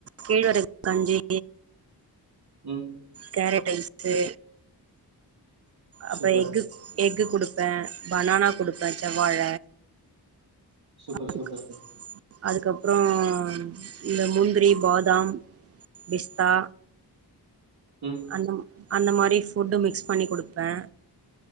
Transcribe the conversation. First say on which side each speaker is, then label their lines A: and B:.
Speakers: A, on the right; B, on the right.
A: கேழ்வரகு கஞ்சி
B: ம்
A: கேரட்ரைஸ்சு அப்ரோ
B: சூப்பர்
A: எஃகு எஃகு குடுப்பே பனானா குடுப்பே செவ்வாழ
B: சூப்பர்
A: அதுக்
B: சூப்பர் சூப்பர்
A: அதுக்கப்ரோ ம் இந்த முந்திரி பாதாம் பிஸ்தா
B: ம்
A: அந்தம் அந்த மாரி ஃபுட் மிக்ஸ் பண்ணி குடுப்பே